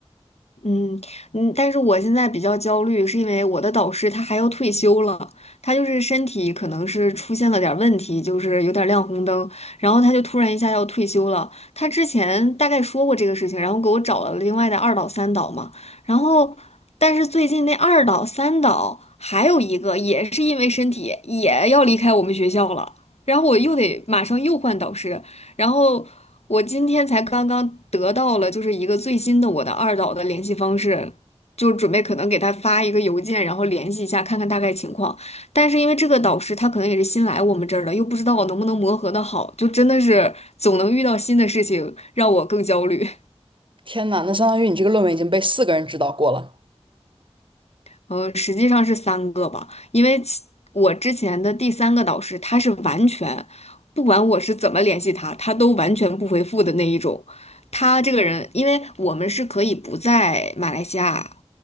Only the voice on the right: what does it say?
<laughs> 天呐，那相当于你这个论文已经被四个人指导过了。